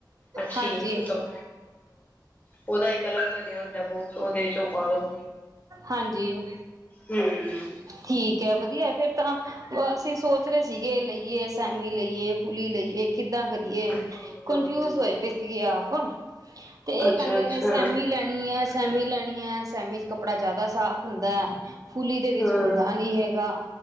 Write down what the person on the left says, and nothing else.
ਅੱਛੀ
ਕਬ ਉਹਦਾ ਏ ਅਲੱਗ ਬਣਿਆ ਹੁੰਦਾ ਬਹੁ ਉਹਦੇ ਚੋਂ ਪਾ ਦੋ
ਹੂੰ
ਹਾਂ
ਅੱਛਾ
ਅੱਛਾ
ਹਾਂ